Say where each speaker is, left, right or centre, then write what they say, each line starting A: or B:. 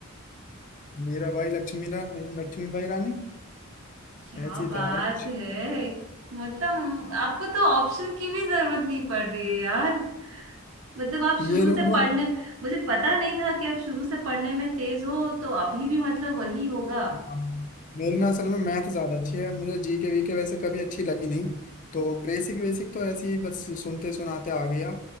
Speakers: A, on the left (about 40°); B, on the right (about 80°).
A: मेरा भाई लक्ष्मी रा, लक्ष्मी भाई रानी
B: क्या
A: ऐसे ही
B: बात
A: था यार कुछ
B: है मतलब आपको तो ऑप्शन की भी जरूरत नहीं पड़ रही है यार मतलब आप शुरू
A: ये जो मतलब
B: से पढ़ने मुझे पता नहीं था कि आप शुरू से पढ़ने में तेज हो तो अभी भी मतलब वही होगा
A: हाँ, मेरी ना असल में मैथ ज्यादा अच्छी है मुझे जी के वी के वैसे कभी अच्छी लगी नहीं तो बेसिक बेसिक तो ऐसे ही बस सुनते सुनाते आ गया